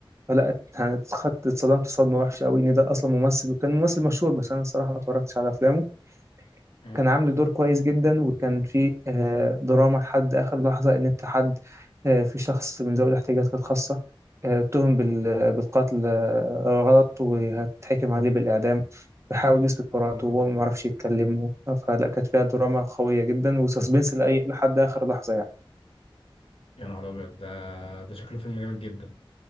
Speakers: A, on the right; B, on the left.
A: فلا يعني اتخدت- اتصدمت صدمة وحشة أوي إن ده أصلا ممثل وكان ممثل مشهور بس أنا الصراحة ما اتفرجتش على أفلامه
B: إيه؟
A: كان عامل دور كويس جدا وكان في آه، دراما لحد آخر لحظة إن أنت حد آه، في شخص من ذوي الاحتياجات الخاصة آه، اتهم بال- بالقتل آه، غلط وهتحكم عليه بالإعدام بيحاول يثبت براءته
B: يا نهار
A: وهو
B: ابيض
A: ما يعرفش يتكلم فلا كانت فيها دراما قوية جدا وسسبنس لأي لحد آخر لحظة يعني
B: يا نهار ابيض ده ده شكله فيلم جامد جدا